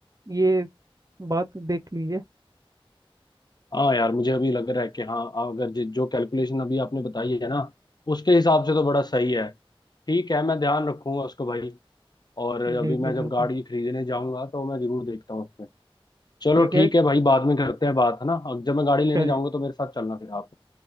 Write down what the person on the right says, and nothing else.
ये बात देख लीजिए
जी
जी
बिल्कुल
ठीक
है
चलिए